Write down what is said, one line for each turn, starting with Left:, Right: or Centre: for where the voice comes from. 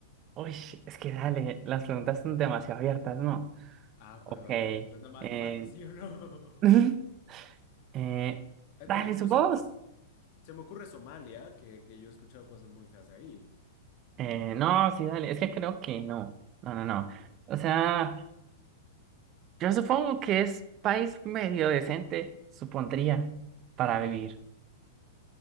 Right: Uy, es que dale, las preguntas son demasiado abiertas, ¿no?
Left: Ah,
Right: Ok.
Left: perdón.
Right: Eh,
Left: Pues nomás, nomás di sí o no. <laughs>
Right: <laughs> eh,
Left: Eh,
Right: dale,
Left: por ejemplo,
Right: su
Left: se
Right: voz.
Left: me, se me ocurre Somalia, que, que yo he escuchado cosas muy feas de ahí.
Right: Eh, no, sí, dale. Es que creo que no. No, no, no.
Left: Ok.
Right: O sea. Yo supongo que es país medio decente, supondría, para vivir.